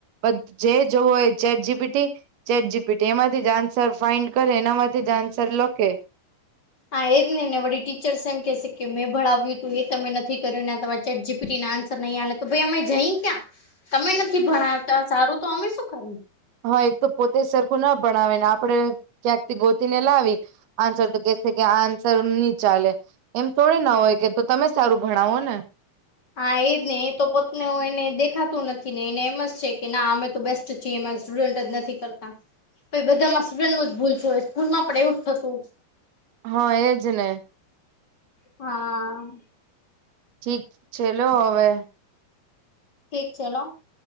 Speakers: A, on the right (about 85°); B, on the left (about 30°).
A: બધ જે જોવો એ ચેટ જીપીટી ચેટ જીપીટી એમાંથી જ આન્સર ફાઇન્ડ કરે એનામાંથી જ આન્સર લખે.
B: હા એજને ને વળી ટીચર્સ એમ કેશે કે મેં ભણાવ્યું તું એ તમે નથી કર્યું ને આ તમારે ચેટ જીપીટીના આન્સર નહી હાલે તો ભાઈ અમે જઈ ક્યાં? તમે નથી ભણાવતા સારું તો અમે શું કરી.
A: હા એક તો પોતે સરખું ના ભણાવે, ને આપણે ક્યાંકથી ગોતીને લાવી આન્સર તો કેશે કે આ આન્સર ની ચાલે એમ થોડી ના હોય કે તો તમે સારું ભણાવો ને.
B: હા એ જ ને એ તો પોતનુ એને દેખાતું નથી ને એને એમ જ છે કે ના અમે તો બેસ્ટ તે છે માકૅસ સ્ટુડન્ટ જ નથી કરતા. પણ બધા માં સ્ટુડન્ટ નું જ ભૂલ જોવે સ્કૂલમાં પણ એવું થતું.
A: હા એજ ને.
B: હા.
A: ઠીક છે લો હવે.
B: ઠીક છે લો.